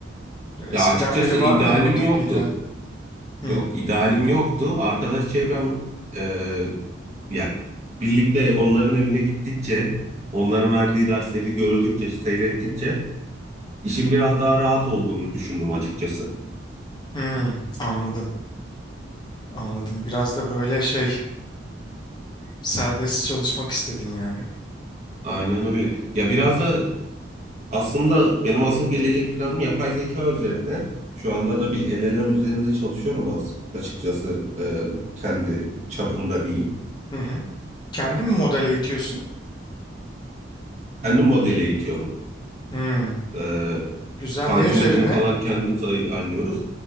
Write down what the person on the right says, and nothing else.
Ya açıkçası
idealim
yoktu.
Yok, idealim yoktu. Arkadaş çevrem e, ya birlikte onların evine gittikçe, onların verdiği dersleri gördükçe, seyrettikçe işin biraz daha rahat olduğunu düşündüm açıkçası.
Aynen öyle. Ya biraz da Aslında benim asıl gelecek planım yapay zeka üzerine. Şu anda da bir LLM üzerinde çalışıyorum as- açıkçası e, kendi çapımda diyeyim.
Kendi modeli eğitiyorum.
E,
fine
tuning'ini
falan kendimiz ayarlıyoruz.